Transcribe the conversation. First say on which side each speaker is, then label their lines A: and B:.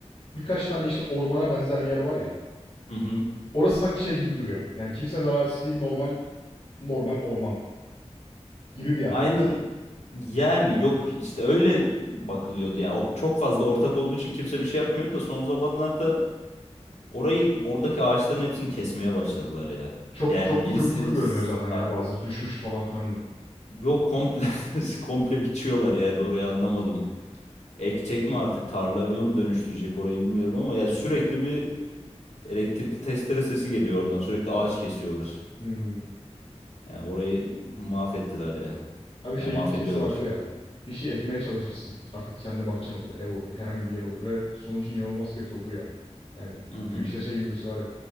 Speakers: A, on the left; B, on the left.
A: birkaç tane işte ormana benzer bir yer var ya.
B: Hı hı.
A: Orası sanki şey gibi duruyor. Yani kimsenin arazisi değil normal normal orman gibi bir yer
B: Aynen
A: mi orası?
B: yani yok işte öyle bakılıyordu yani. O çok fazla ortak olduğu için kimse bir şey yapmıyordu da son zamanlarda orayı oradaki ağaçların hepsini kesmeye başladılar ya.
A: Çok
B: Yani
A: çok
B: birisi
A: kuru kuru görünüyor zaten
B: Ha,
A: ya bazıları. Düşmüştü falan filan da.
B: yok komple <laughs> komple biçiyorlar yani orayı anlamadım. ekecek mi artık tarlaya mı dönüştürecek orayı bilmiyorum ama ya sürekli bir elektrikli testere sesi geliyor oradan. Sürekli ağaç kesiyorlar.
A: Hmm.
B: Yani orayı mahvettiler ya.
A: Abi
B: Yani
A: şey
B: mahvediyorlar.
A: klişesi vardır ya. Bir şey ekmeye çalışırsın. Artık kendi bahçen olur, ev olur, herhangi bir yer olur ve sonuç inanılmaz kötü olur ya. Yani
B: Hı hı.
A: şu işte şey videosu var ya.